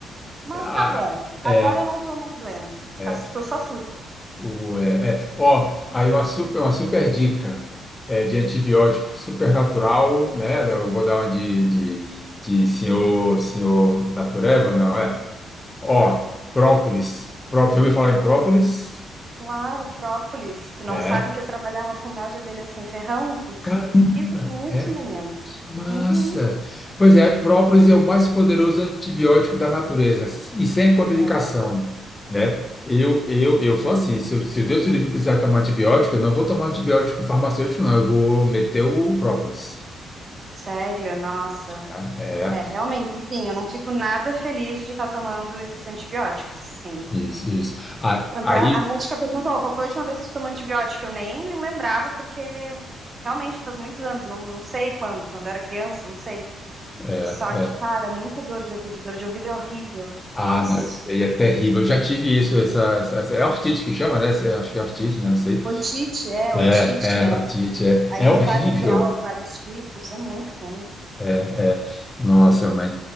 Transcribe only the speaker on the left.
Ah,
é.
é,
O, é, é. Ó, aí uma super, uma super dica é, de antibiótico super natural, né? Eu vou dar uma de, de, de senhor, senhor da Tureba, não é? Ó, própolis. Própolis. Você ouviu falar em própolis?
É.
Caramba!
é.
Massa.
Pois é, própolis é o mais poderoso antibiótico da natureza e sem contraindicação,
né? Eu, eu, eu sou
assim, se, eu, se Deus me livre eu precisar tomar antibiótico, eu não vou tomar antibiótico farmacêutico, não, eu vou meter o própolis.
tá? É,
isso, isso. Ah,
Aí,
é,
é.
Ah,
não, isso aí é terrível. Eu já tive isso, essa, essa, essa- é ortite que chama, né? Essa- Acho que é ortite, né? Não sei.
É,
é, ortite, é,
é
horrível.
É, é. Nossa, mãe.